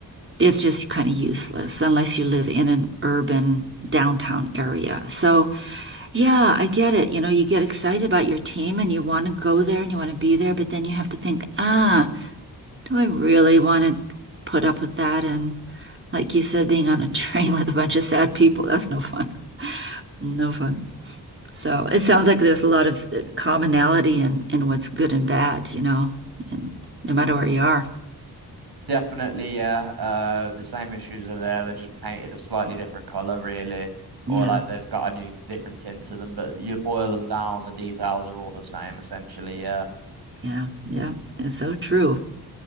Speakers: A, on the right (about 30°); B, on the right (about 70°).
A: it's just kind of useless unless you live in an urban downtown area. So, yeah, I get it. You know, you get excited about your team and you want to go there and you want to be there, but then you have to think, ah, do I really want to put up with that? And like you said, being on a <laughs> train with a bunch of sad people, that's no fun. <laughs> No fun. So it sounds like there's a lot of uh, commonality in, in what's good and bad, you know, and no matter where you are.
B: definitely yeah uh the same issues are there they're just painted a slightly different color really
A: Yeah,
B: or like they've got a new different tint to them but you boil them down the details are all the same essentially yeah
A: yeah, yeah. It's so true.